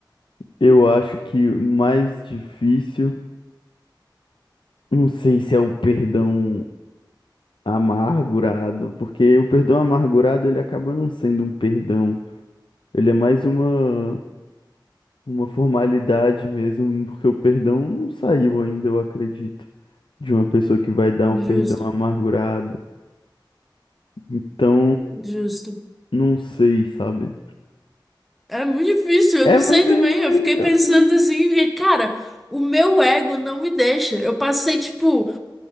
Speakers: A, on the left; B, in the centre.
A: Eu acho que o mais difícil, não sei se é o perdão amargurado, porque o perdão amargurado ele acaba não sendo um perdão, ele é mais uma uma formalidade mesmo, porque o perdão não saiu ainda, eu acredito, de uma pessoa que vai dar
B: Justo,
A: o perdão amargurado. Então,
B: justo.
A: não sei, sabe?
B: É muito difícil, eu
A: É
B: não
A: muito
B: sei também.
A: difícil,
B: Eu fiquei pensando
A: é muito difícil.
B: assim, porque, cara, o meu ego não me deixa. Eu passei, tipo,